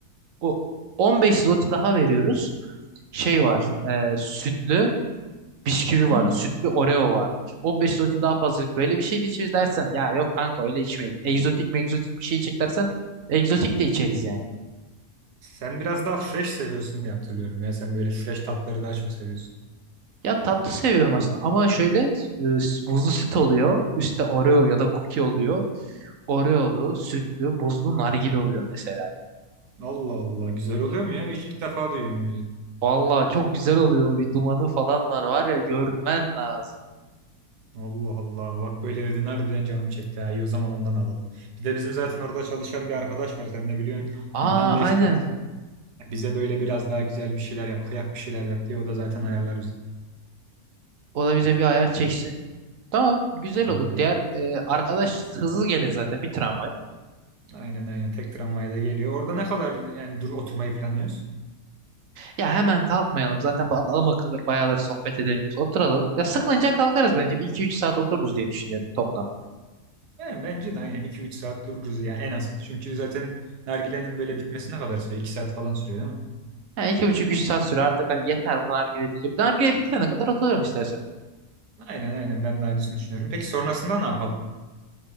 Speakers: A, on the right; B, on the right.
A: o 15 zloty daha veriyoruz. Şey var.
B: Hı hı.
A: e, sütlü bisküvi
B: Hı.
A: vardı. Sütlü Oreo vardı. Şimdi 15 zloty daha fazla böyle bir şey de içeriz dersen ya yok kanka öyle içmeyin. Egzotik megzotik bir şey içecek dersen egzotik de içeriz yani.
B: Sen biraz daha fresh seviyorsun diye hatırlıyorum ya. Sen böyle fresh tatları daha çok seviyorsun.
A: Ya tatlı seviyorum aslında ama şöyle e, s- buzlu süt oluyor. Üstte Oreo ya da cookie oluyor. Oreo'lu, sütlü, buzlu nargile oluyor mesela.
B: Allah Allah. Güzel oluyor mu ya? Hiç ilk defa duyuyorum öyle.
A: Vallahi çok güzel oluyor. Bir dumanı falan var var ya görmen lazım.
B: Allah Allah. Bak böyle dedin harbiden canım çekti. Ha. İyi o zaman ondan alalım. Bir de bizim zaten orada çalışan bir arkadaş var. Sen de biliyorsun.
A: Aa
B: Ondan da
A: aynen.
B: isteriz. Bize böyle biraz daha güzel bir şeyler yap, kıyak bir şeyler yap diye o da zaten ayarlar bizi.
A: O da bize bir ayar çeksin. Tamam güzel
B: Aynen
A: olur. Diğer
B: öyle.
A: e, arkadaş hızlı gelir zaten bir tramvay.
B: Aynen aynen. Tek tramvayda geliyor. Orada ne kadar yani dur oturmayı planlıyoruz?
A: Ya hemen kalkmayalım. Zaten ba- adam akıllı bayağıları sohbet edemiyoruz. Oturalım. Ya sıkılınca kalkarız bence. Bir iki üç saat otururuz diye düşünüyorum toplam.
B: Yani bence de aynen iki üç saat dururuz ya en az. Çünkü zaten nargilenin böyle bitmesine kadar sürüyor? iki saat falan sürüyor değil mi?
A: Yani iki buçuk üç saat sürer artık hani yeter bu nargile deyince. Nargile bitirene kadar otururum istersen.
B: Aynen aynen ben de aynısını düşünüyorum. Peki sonrasında ne yapalım?